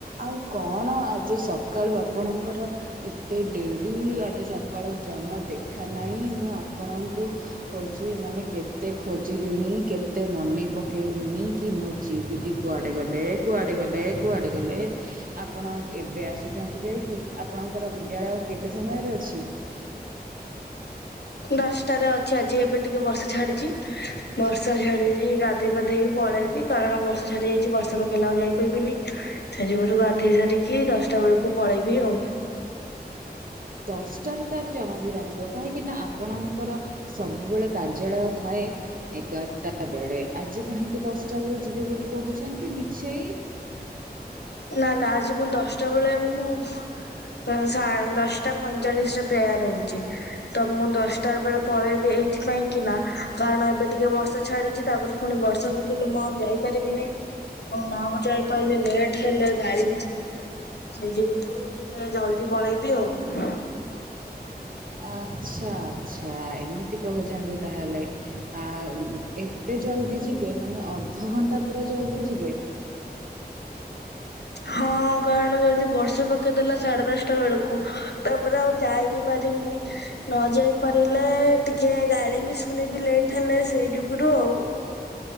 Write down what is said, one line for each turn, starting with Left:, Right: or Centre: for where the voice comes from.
Right: ଆଉ କଣ ଆଜି ସକାଳୁ ଆପଣଙ୍କର ଏତେ ଡେରି ଆଜି ସକାଳୁ ଜମା ଦେଖା ନାହିଁ ମୁଁ ଆପଣଙ୍କୁ ହଉଛି ମାନେ କେତେ ଖୋଜିଲୁଣି କେତେ ମନେ ପକେଇଲୁଣି କି ମୋ ଚି ଦିଦି କୁଆଡେ ଗଲେ କୁଆଡେ ଗଲେ କୁଆଡେ ଗଲେ ଆପଣ ଏବେ ଆସୁଛନ୍ତି ଯାଇକି ଆପଣଙ୍କର ବିଦ୍ୟାଳୟ କେତେ ସମୟରେ ଅଛି?
Left: ଦଶଟାରେ ଅଛି ଆଜି ଏବେ ଟିକେ ବର୍ଷା ଛାଡିଚି
Right: ହ
Left: ବର୍ଷା ଝାଡିଛି ଗାଧୋଇ ପାଧେଇକି ପଳେଇବି କାରଣ ବର୍ଷା ଝାଡି ଯାଇଛି ବର୍ଷା ପକେଇଲେ ଆଉ ଯାଇପାରିବିନି ସେଇଯୋଗୁରୁ ଗାଧେଇ ସାରିକି ଦଶଟା ବେଳକୁ ପଳେଇବି ଆଉ
Right: ଦଶଟାରେ ତ ଆଜି ଜମା ବି ରା ଥିବ କାହିଁକିନା ଆପଣଙ୍କର ସବୁବେଳେ କାର୍ଯ୍ୟାଳୟ ଥାଏ। ଏଗାରଟା ବେଳେ ଆଜି କାହିଁକି ଦଶଟା ବେଳେ ଯିବେ ବୋଲି କହୁଛନ୍ତି ମିଛେଇ।
Left: ନା ନା ଆଜି ମୁଁ ଦଶଟା ବେଳେ ମୁଁ ଦଶଟା ପଇଁଚାଳିଶ ରେ ପ୍ରେୟାର ହଉଛି। ତ ମୁଁ ଦଶଟା ବେଳେ ପଳେଇବି ଏଇଥି ପାଇଁକି ନା କାରଣ ଏବେ ଟିକେ ବର୍ଷା ଛାଡି ତାପରେ ଫୁଣି ବର୍ଷା ପକେଇଲେ ମୁଁ ଆଉ ଯାଇପାରିବି ନାଇଁ ଆଉ ନ ଯାଇପାରିଲେ ଲେଟ ହେଲେ ଗାଳି ବିି ସେଇ ଯୋଗୁରୁ ଟିକେ ଜଲଦି ପଳେଇବି ଆଉ
Right: ଆଚ୍ଛା ଆଚ୍ଛା ଏମିତି କହୁଛନ୍ତି ତାହେଲେ ଆ ଏତେ ଜଲ୍ଦି ଯିବେ ମାନେ ଅଧଘଣ୍ଟା ପୁରା ଜଲ୍ଦି ଯିବେ
Left: ହଁ କାରଣ ଯଦି ବର୍ଷା ପକେଇ ଦେଲା ସାଢେ ଦଶଟା ବେଳକୁ ତାପରେ ଆଉ ଯାଇ ବିି ପାରିବିନି ନ ଯାଇ ପାରିଲେ ଟିକେ ଗାଳି ବି ଶୁଣିବି ଲେଟ୍ ହେଲେ ସେଇ ଯୋଗୁରୁ ଆଉ